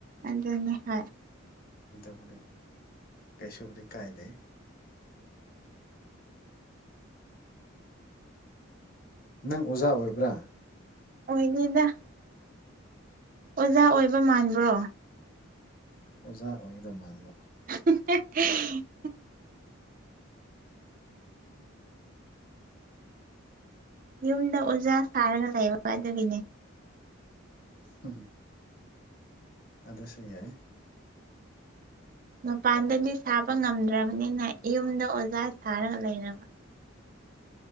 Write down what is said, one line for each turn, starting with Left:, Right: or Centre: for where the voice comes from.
Right: ꯑꯗꯨꯅꯦ ꯍꯣꯏ
Left: ꯑꯗꯨꯕꯨꯗꯤ ꯀꯩꯁꯨꯕꯨꯗꯤ ꯀꯥꯏꯗꯦ ꯅꯪ ꯑꯣꯖꯥ ꯑꯣꯏꯕ꯭ꯔꯥ
Right: ꯑꯣꯏꯗꯦꯗ ꯑꯣꯖꯥ ꯑꯣꯏꯕ ꯃꯥꯟꯕ꯭ꯔꯣ
Left: ꯑꯣꯖꯥ ꯑꯣꯏꯒꯗꯕ ꯃꯥꯟꯕ
Right: <unintelligible> ꯌꯨꯝꯗ ꯑꯣꯖꯥ ꯁꯥꯔꯒ ꯂꯩꯕ ꯑꯗꯨꯒꯤꯅꯦ
Left: ꯎꯝ ꯑꯗꯨꯁꯨ ꯌꯥꯏ
Right: ꯃꯄꯥꯟꯗꯗꯤ ꯁꯥꯕ ꯉꯝꯗ꯭ꯔꯕꯅꯤꯅ ꯌꯨꯝꯗ ꯑꯣꯖꯥ ꯁꯥꯔꯒ ꯂꯩꯔꯕ